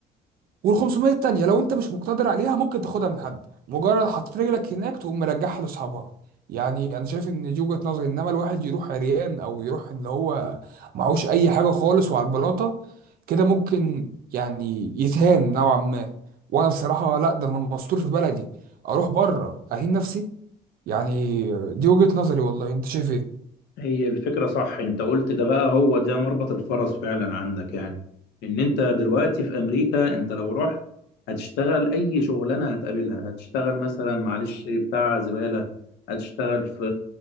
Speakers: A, on the right (about 60°); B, on the left (about 80°).
A: وال 500 التانية لو انت مش مقتدر عليها ممكن تاخدها من حد مجرد حطيت رجلك هناك تقوم مرجعها لاصحابها يعني انا شايف ان دي وجهة نظري انما الواحد يروح عريان او يروح ان هو معهوش اي حاجة خالص وعلى البلاطة كده ممكن يعني يتهان نوعا ما وانا بصراحة لا ده انا مستور في بلدي اروح بره اهين نفسي يعني دي وجهة نظري والله انت شايف ايه
B: هي الفكرة صح انت قلت ده بقى هو ده مربط الفرس فعلا عندك يعني ان انت دلوقتي في امريكا انت لو رحت هتشتغل اي شغلانة هتقابلها هتشتغل مثلا معلش بتاع زبالة هتشتغل في